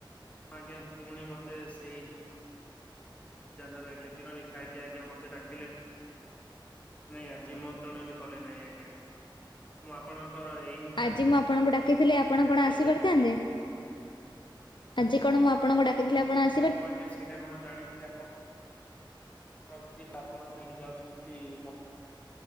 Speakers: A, on the left; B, on the left.
A: ଆଜ୍ଞା, ଫୁଣି ମତେ ସେଇ ଜଲ ଆଜ୍ଞା ଦିନ ବି ଖାଇକି ଆଜ୍ଞା ମତେ ଡାକିଲେ ନାଇଁ ଜିମନ୍ତ୍ରଣ ବି କଲେ ନାହିଁ ଆଜ୍ଞା। ମୁଁ ଆପଣଙ୍କର ଏହି କାର୍ଯ୍ୟ
B: ଆଜି ମୁଁ ଆପଣଙ୍କୁ ଡାକିଥିଲି ଆ ଆପଣ କଣ ଆସି
A: ପାଇଁ
B: ପାରିଥାନ୍ତେ? ଆଜି କଣ ମୁଁ ଆପଣଙ୍କୁ ଡାକିଥିଲେ ଆପଣ ଆ
A: ମୁଁ ଆଜ୍ଞା ସେଇଟା କଣ ଜାଣିଥିଲି ଆପଣ ପଣ କିଛି ପାପଣ ଖାଲି ଯାଉଛନ୍ତି ମୋ